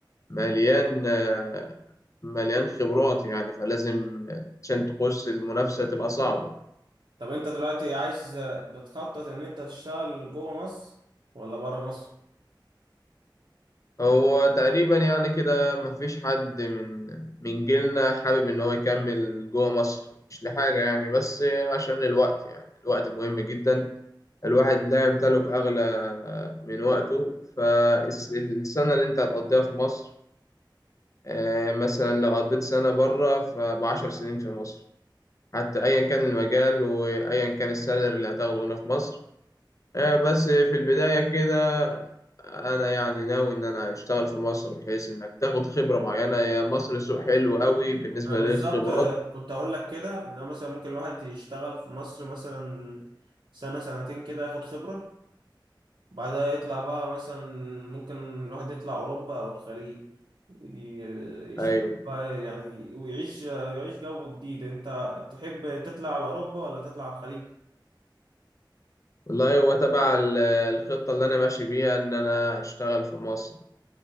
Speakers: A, on the left (about 40°); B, on the right (about 70°).
A: مليان آه، مليان خبرات يعني فلازم عشان تخش المنافسة تبقى صعبة.
B: طب انت دلوقتي عايز بتخطط ان انت تشتغل جوه مصر ولا بره مصر
A: هو تقريبا يعني كده مفيش حد من من جيلنا حابب إن هو يكمل جوه مصر مش لحاجة يعني بس عشان الوقت يعني الوقت مهم جدا الواحد لا يمتلك أغلى من وقته فالسنة اللي أنت هتقضيها في مصر آه، مثلا لو قضيت سنة بره فبعشر سنين في مصر حتى أيا كان المجال وأيا كان السالري اللي هتاخده هنا في مصر آه، بس في البداية كده أنا يعني ناوي إن أنا أشتغل في مصر بحيث إنك تاخد خبرة معينة يا مصر سوق حلو قوي بالنسبة
B: انا بالظبط
A: للخبرات
B: كنت اقول لك كده ان أنا مثلا ممكن الواحد يشتغل في مصر مثلا سنه سنتين كده ياخد خبره بعدها يطلع بقى مثلا ممكن الواحد يطلع أوروبا أو الخليج ي- يشتغل
A: أيوه
B: بقى يعني ويعيش يعيش جو جديد أنت تحب تطلع على أوروبا ولا تطلع على الخليج؟
A: والله هو تبع ال- الخطة اللي أنا ماشي بيها إن أنا أشتغل في مصر